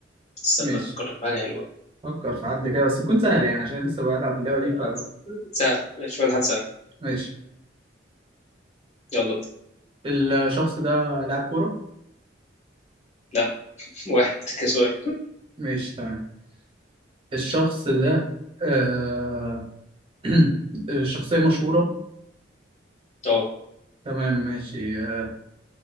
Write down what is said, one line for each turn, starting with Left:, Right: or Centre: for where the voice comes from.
Left: استنى
Right: ماشي
Left: افكر لك في حاجة حلوة
Right: فكر في حد كده بس يكون سهل يعني عشان لسه بلعب اللعبة دي
Left: آه،
Right: ف
Left: سهل ماشي شوية حد سهل
Right: ماشي
Left: يلا ابدأ.
Right: الشخص ده لاعب كورة
Left: لا واحد كسؤال
Right: ماشي تمام الشخص ده آه... <clears throat> شخصية مشهورة
Left: اه
Right: تمام ماشي آه...